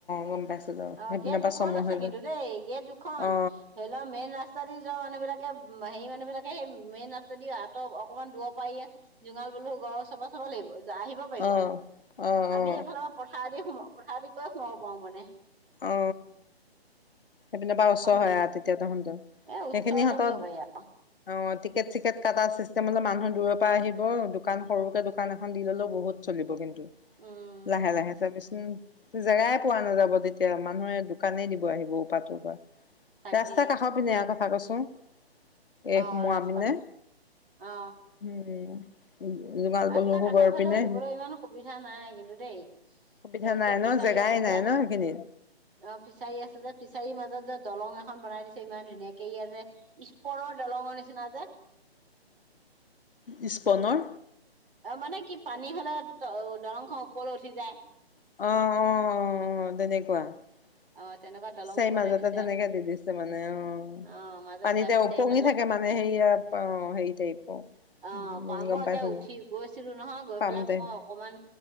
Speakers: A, on the left; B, on the right.
A: গম পাইছো বাৰু
B: অ,
A: সেইপিনৰ
B: গেট
A: পৰা
B: দুখন
A: চমু
B: আছে
A: হৈ যায়
B: কিন্তু দেই। গেট দুখন।
A: অ
B: ধৰি লোৱা মেইন ৰাস্তা দি যোৱা মানুহ বিলাকে হেৰি মানুহ বিলাকে সেই মেইন ৰাস্তাদি আঁতৰ অকনমান দোৰ পা জোঙাল বলহু গড় ওচপা চাব লাগিব। আহিব পাৰিব।
A: অ অ অ
B: আমি এইফালৰ পৰা পথাৰেদি সোমাম। পথাৰ দি গৈ সোমাব পাৰো মানে।
A: অ সেইপিন পা
B: দুখন
A: ওচৰ
B: গেট
A: হয়
B: আছে
A: আৰু তেতিয়া তহঁতৰ।
B: এ ওচৰতে
A: সেইখিনি হাতত
B: বুলি ক'ব পাৰি আৰু
A: অ, টিকেট চিকেট কাটা চিষ্টেম মানুহ দূৰৰ পৰা আহিব। দোকান সৰুকে দোকান এখন দি ললেও বহুত চলিব কিন্তু।
B: উম
A: লাহে লাহে চাবিচোন। জেগাই পোৱা নাযাব তেতি এতিয়া মানুহে দোকানেই দিব আহিব অপা তপা।
B: তাকেই
A: ৰাস্তা কাষ পিনে আ কথা কৈছোঁ। ক'। এই
B: অ
A: সোমোৱা
B: ৰাস্তা
A: পিনে।
B: অ
A: উম। জোঙাল
B: ৰাস্তা
A: বলহু
B: কাষৰ
A: গড়
B: ফালেও
A: পিনে?
B: দিবলৈ ইমান সুবিধা নাই কিন্তু দেই
A: সুবিধা
B: হেৰি
A: নাই
B: যে ফিচাৰী
A: ন? জেগাই
B: আছে
A: নাই
B: যে
A: ন সেইখিনিত?
B: অ ফিচাৰী আছে যে। ফিচাৰীৰ মাজত যে দলং এখন বনাই দিছে ইমান ধুনীয়াকে এইয়া যে ইছপনৰ দলঙৰ নিচিনা যে।
A: ইস্পনৰ
B: অ নি <unintelligible> অ মানে কি পানী হলে দলং খন ওপৰলৈ উঠি যায়।
A: অহ অ অ আহ, তেনেকুৱা।
B: অ তেনেকুৱা দলঙো
A: ফিচাৰী
B: বনাই
A: মাজতে
B: দিছে
A: তেনেকে দি দিছে মানে অ।
B: অ মাজত
A: পানীতে
B: সেয়া ফিচাৰীৰ
A: ওপঙি
B: মাজত
A: থাকে মানে, হেয়া অ। হেৰি টাইপৰ উম
B: অ মই
A: গম
B: একে
A: পাইছো
B: উঠি
A: দে।
B: গৈছিলো নহয়। গৈ
A: পাম
B: পেলাই
A: টাইপ
B: মই অকমান